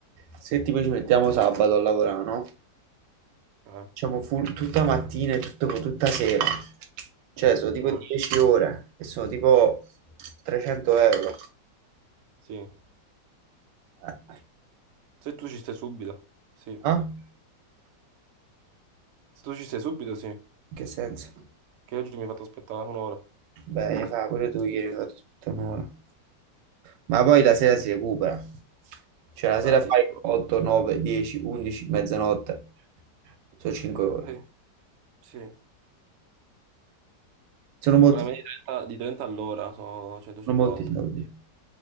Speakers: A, on the right; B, on the right.
A: se tipo ci mettiamo sabato a lavorare, no?
B: Eh?
A: Diciamo full tutta mattina e tutto- tutta sera. Cioè, sono tipo
B: Eh.
A: 10 ore e sono tipo 300 euro.
B: Sì.
A: Eh, eh,
B: Se tu ci stai subito, sì.
A: ah?
B: Se tu ci stai subito, sì.
A: In che senso?
B: Che oggi mi hai fatto aspettare un'ora.
A: Beh, hai fatto pure tu ieri, hai fatto tutta un'ora. Ma poi la sera si recupera. Cioè la sera
B: Ah, sì,
A: fai 8, 9, 10, 11, mezzanotte. Sono 5 ore.
B: sì, sì.
A: Sono molti,
B: Con la media di 30 di 30 all'ora sono 150.
A: sono molti soldi.